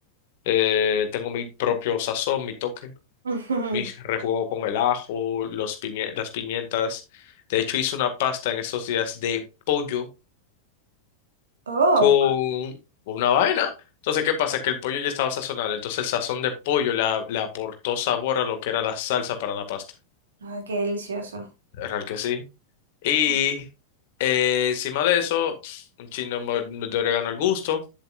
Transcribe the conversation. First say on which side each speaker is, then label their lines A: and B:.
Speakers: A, on the left (about 50°); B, on the right (about 65°).
A: Eh, tengo mi propio sazón, mi toque,
B: <laughs>
A: mi rejuego con el ajo, los pimie- las pimientas. De hecho, hice una pasta en estos días de pollo
B: Oh.
A: con una vaina. Entonces, ¿qué pasa? Que el pollo ya estaba sazonado, entonces el sazón de pollo le a- le aportó sabor a lo que era la salsa para la pasta.
B: Ay, qué delicioso.
A: real que sí. Y
B: <laughs>
A: eh, encima de eso, un chino mo- de orégano al gusto,